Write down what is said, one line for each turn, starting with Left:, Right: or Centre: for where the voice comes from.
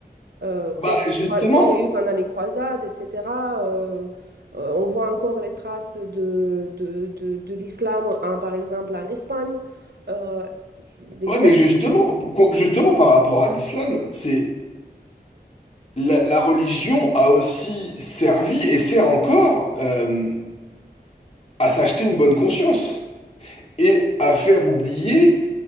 Right: Euh,
Left: Bah,
Right: comme,
Left: justement,
Right: comme il y a eu pendant les croisades, etc. euh, euh, on voit encore les traces de, de, de, de l'islam, en- par exemple, en Espagne. Euh, des
Left: ouais,
Right: gros
Left: mais justement, con- justement par rapport à l'islam, c'est la, la religion a aussi servi et sert encore euh, à s'acheter une bonne conscience. et à faire oublier